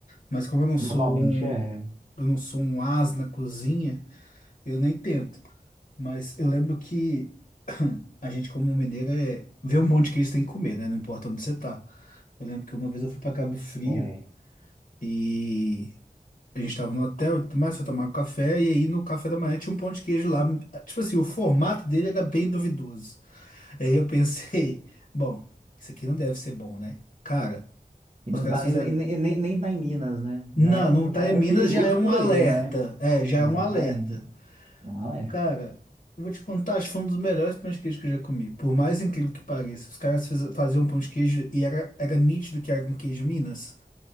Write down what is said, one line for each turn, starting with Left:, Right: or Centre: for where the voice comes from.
Left: Mas como eu não sou
Right: Normalmente
Left: um,
Right: é,
Left: eu não sou um ás na cozinha. Eu nem tento. Mas eu lembro que <clears throat> a gente, como mineiro, é... vê um pão de queijo tem que comer, né? Não importa onde você tá. Eu lembro que uma vez eu fui pra Cabo Frio
Right: é.
Left: e a gente tava no hotel e tudo mais, foi tomar um café. E aí no café da manhã tinha um pão de queijo lá. Tipo assim, o formato dele era bem duvidoso. Aí eu pensei, <laughs> bom, isso aqui não deve ser bom, né? Cara,
Right: E não
Left: os caras
Right: tá,
Left: fizeram.
Right: e, e- e nem, nem tá em Minas, né?
Left: Não,
Right: Já é um,
Left: não tá
Right: já é
Left: em Minas,
Right: perigoso
Left: já é um
Right: por
Left: alerta.
Right: aí, né?
Left: É, já
Right: Exatamente.
Left: é um alerta.
Right: É um alerta.
Left: Cara, eu vou te contar, acho que foi um dos melhores pão de queijo que eu já comi. Por mais incrível que pareça, os caras fez- faziam um pão de queijo e era, era nítido que era um queijo Minas.